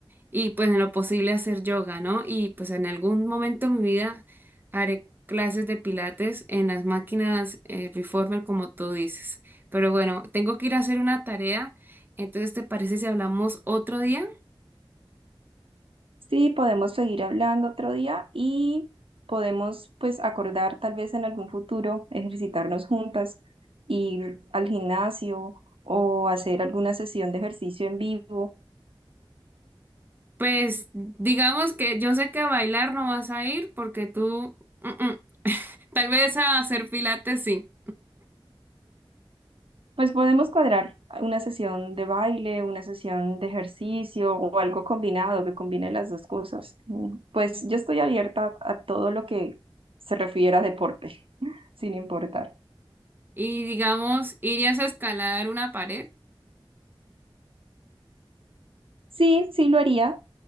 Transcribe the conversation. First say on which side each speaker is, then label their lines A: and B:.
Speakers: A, on the right (about 20°); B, on the right (about 75°).
A: y pues en lo posible hacer yoga, ¿no? Y pues en algún momento de mi vida haré clases de pilates en las máquinas eh, reformer, como tú dices. Pero bueno, tengo que ir a hacer una tarea, entonces ¿te parece si hablamos otro día?
B: Sí, podemos seguir hablando otro día y podemos pues acordar tal vez en algún futuro ejercitarnos juntas, ir al gimnasio o hacer alguna sesión de ejercicio en vivo
A: Pues digamos que yo sé que a bailar no vas a ir porque tú, mm, mm. <laughs> Tal vez a hacer pilates sí.
B: Pues podemos cuadrar una sesión de baile, una sesión de ejercicio o algo combinado que combine las dos cosas. Mm, Pues yo estoy abierta a todo lo que se refiera a deporte, <laughs> sin importar.
A: Y digamos, ¿irías a escalar una pared?
B: Sí, sí lo haría,